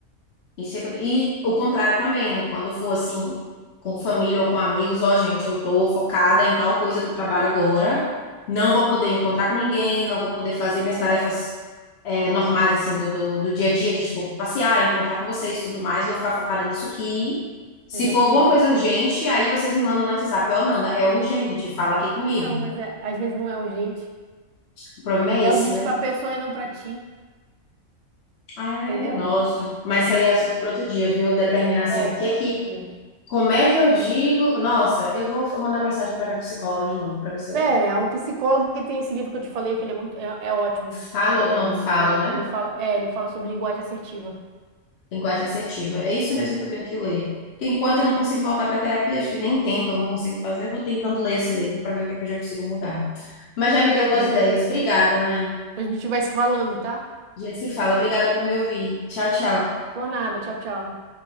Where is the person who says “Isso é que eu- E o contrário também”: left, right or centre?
Left